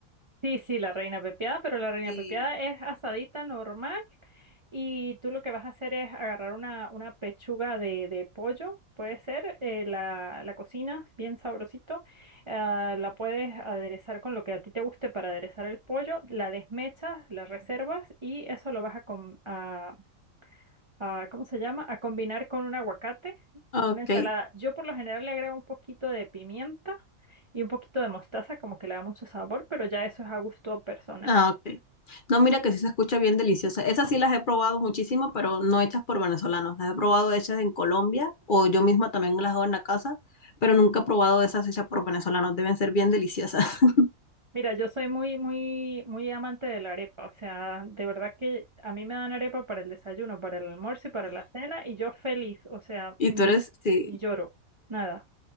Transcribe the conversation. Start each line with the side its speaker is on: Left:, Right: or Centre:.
Right: Sí, sí, la reina pepiada, pero la reina
Left: Sí.
Right: pepiada es asadita normal y tú lo que vas a hacer es agarrar una, una pechuga de, de pollo, puede ser, eh, la, la cocinas bien sabrosito, ah, la puedes aderezar con lo que a ti te guste para aderezar el pollo, la desmechas, la reservas y eso lo vas a, com- a a, ¿cómo se llama? A combinar con un aguacate,
Left: Ok,
Right: una ensalada. Yo por lo general le agrego un poquito de pimienta y un poquito de mostaza, como que le da mucho sabor, pero ya eso es a gusto personal.
Left: ah, ok. No, mira que sí se escucha bien deliciosa. Esas sí las he probado muchísimo, pero no hechas por venezolanos. Las he probado hechas en Colombia o yo misma también las hago en la casa, pero nunca he probado esas hechas por venezolanos. Deben ser bien deliciosas. <laughs>
Right: Mira, yo soy muy, muy, muy amante de la arepa, o sea, de verdad que a mí me dan arepa para el desayuno, para el almuerzo y para la cena, y yo feliz, o sea, ni,
Left: Y tú eres, sí.
Right: ni lloro, nada.